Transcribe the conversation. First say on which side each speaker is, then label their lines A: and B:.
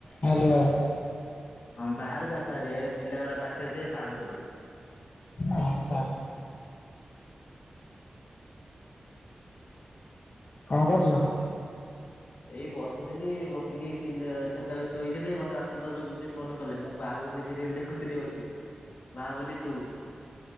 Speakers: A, on the left; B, on the left.
A: ହାଲୋ
B: ହଁ ବାହାରକୁ ଆସଭାରି ପିଲାରା ପାଖରେ ଦି ସାଉଣ୍ଡ କରିବେ।
A: ହଁ ସାଉଟୁ କଣ କରୁଛ?
B: ଏଇ ବସିଥିଲି ବସିକି ଫିଲି ସେତେବେଳେ ଶୋଇଥିଲି ମତେ ଆସୁ ଦୋଷ ଗୁରୁଜୀ ଫୋନ କଲେ ମୁଁ ବାହାଘ ହିନ୍ଦୀ ଫିଲିମି ଦେଖୁଥିଲି ବସିକି ବାହୁବଲି ଟୁ